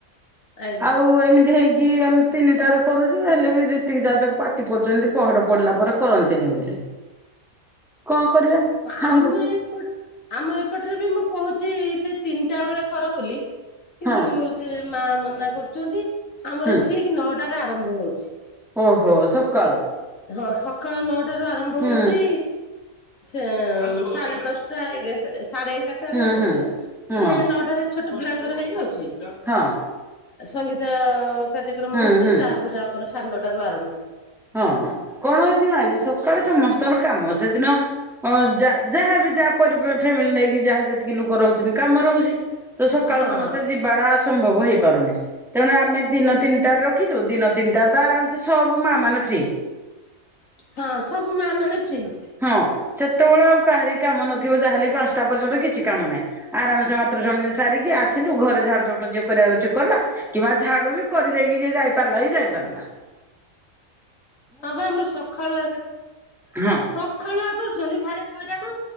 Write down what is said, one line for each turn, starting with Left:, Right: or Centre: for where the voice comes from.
Left: ଆଜ୍ଞା
Centre: ଆଉ ଏମିତି ହେଇକି କି ଆମେ ତିନିଟାରେ କରୁଛୁ ହେଲେ ବି ଯେତିକି ଯାହାଜକ ପାଟି କରୁଛନ୍ତି ପହଡ ପଡିଲା ପରେ କରନ୍ତିନି ବୋଲି। କଣ କରିବା
Left: ଆମେ
Centre: ଆମକୁ
Left: ଏପ ଆମ ଏପଟରେ ବି ମୁଁ କହୁଛି ସେ ତିନିଟା ବେଳେ କର ବୋଲି। କିନ୍ତୁ
Centre: ହଁ।
Left: ସେ ମା ମନା କରୁ ଚନ୍ତି। ଆମର
Centre: ହୁଁ
Left: ଠିକ୍ ନ ଟାରେ ଆରମ୍ଭ ହଉଛି।
Centre: ଓହୋ ସକାଳୁ।
Left: ହଁ ସକାଳ ନଅଟା। ାରୁ ଆରମ୍ଭ
Centre: ହୁଁ
Left: ହଉଛି। ସେ ସାଢ଼େ ଦଶଟା ହେଇଗ ସାଢେ ଏଗାରଟାରେ
Centre: ହୁଁ
Left: ଶେଷ
Centre: ହୁଁ। ହଁ
Left: ମାନେ ନଅଟାରେ ଛୋଟ ପିଲାଙ୍କର ହେଇଯାଉଛି। ଚା
Centre: ହଁ
Left: <inaudible> ସଙ୍ଗୀତ କାର୍ଯ୍ୟକ୍ରମ
Centre: ହୁଁ
Left: ହଉଛି
Centre: ହୁଁ
Left: ତାପରେ ଆମର ସାଡେନ ଟାରୁଆର ଭଡ଼ ବମ ହେଉଚି।
Centre: ହଁ କଣ ହଉଛି ମାଗ ସକାଳେ ସମସ୍ତେ। କାମ ସେଦିନ ଅ ଯ ଯାହାବ ଯା ପର ଫ ମିିଲ ଲାଗ କି ଯା ଯେତିକି ଲୋକ ରହୁଛନ୍ତି କାମ ରହୁଛି। ତ ସକାଳୁ
Left: ହଁ
Centre: ସମସ୍ତେ ଯିବାଡା ସମ୍ଭବ ହେଇପାରୁନି। ତେଣୁ ଆମେ ଦିନ
Left: ନ
Centre: ତିନିଟାରେ ର ରଖି ଦିନ ତିନିଟା ତ ଆରାମ ସେେ ସବୁ ମା ମାନେ ଉପେ।
Left: ହଁ ସବୁ ମା ମାନେ ଫ୍ରି ।
Centre: ହଁ ସେତେବେଳେ ଆଉ କାହାରି କାମ ନଥିବ ଯାହାଲି ପାଞ୍ଚଟା ପର୍ଯ୍ୟନ୍ତ କିଛି କାମ ନାହିଁ, ଆରାମ ସେ <unintelligible> ସାରିକି ଆସିଲୁ ଘରେ ଝାଡୁ ଝାଡୁ ଯିଏ କରିବାର ଅଛି କଲା, କିବା ଝାଡୁ ବି କରିଦେଇକି ଯିଏ ଯାଇ ପାରିଲା ଯାଇ। <unintelligible>
Left: ହଁ ବା ଆମର ସଖାଳୁଆ ଆଗେ,
Centre: ହଁ
Left: ସଖାଳୁଆ କରୁଛନ୍ତି ଭାରି ହଇରାଣୁ।